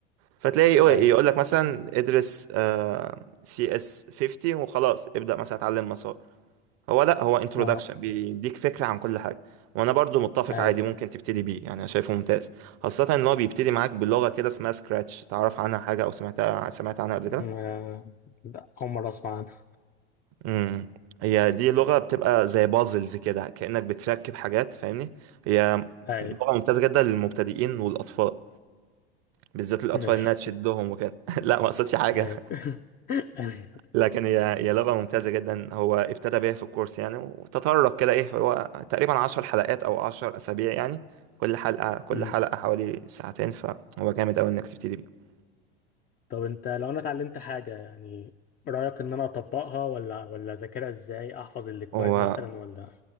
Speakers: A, on the right; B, on the left.
A: فتلاقي يقول
B: أي
A: يقول لك مثلا ادرس سي اس 50 وخلاص ابدأ مثلا اتعلم مسار هو لا هو انترودكشن
B: اه
A: بيديك فكرة عن كل حاجة وانا برضو متفق
B: أي
A: عادي ممكن تبتدي بيه يعني انا شايفه ممتاز خاصة ان هو بيبتدي معاك بلغة كده اسمها سكراتش تعرف عنها حاجة او سمعتها سمعت عنها قبل
B: م-
A: كده
B: آه، لا أول مرة أسمع عنها
A: امم هي دي لغة بتبقى زي بازلز كده كأنك بتركب حاجات فاهمني هي
B: أي
A: لغة ممتازة جدا للمبتدئين والاطفال بالذات الاطفال
B: ماشي
A: انها تشدهم وكده <laughs> لا ما قصدش حاجة
B: أي <laughs>
A: لكن هي هي لغة ممتازة جدا هو ابتدى بيها في الكورس يعني وتطرق كده ايه هو تقريبا عشر حلقات او عشر اسابيع يعني كل حلقة كل
B: أي
A: حلقة حوالي ساعتين فهو جامد اوي انك تبتدي بيه
B: طب انت لو انا اتعلمت حاجة يعني رأيك ان انا اطبقها ولا ولا اذاكرها ازاي احفظ الاكواد
A: هو
B: مثلا ولا